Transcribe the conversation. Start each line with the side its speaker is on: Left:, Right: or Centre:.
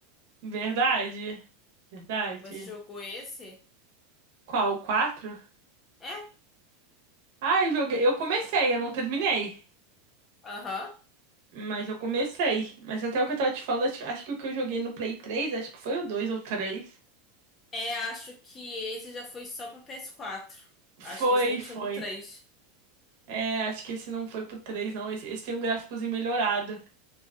Right: <laughs> Verdade, verdade.
Left: Você jogou esse?
Right: Qual, o 4?
Left: É?
Right: Ah, eu joguei. Eu comecei, eu não terminei.
Left: Aham.
Right: Mas eu comecei. Mas até o que eu tava te falando, acho, acho que o que eu joguei no Play 3, acho que foi o 2 ou o 3.
Left: É, acho que esse já foi só pro PS4. Acho
Right: Foi,
Left: que esse não tinha
Right: foi.
Left: no três.
Right: É, acho que esse não foi pro 3, não. Esse, esse tem um gráficozinho melhorado.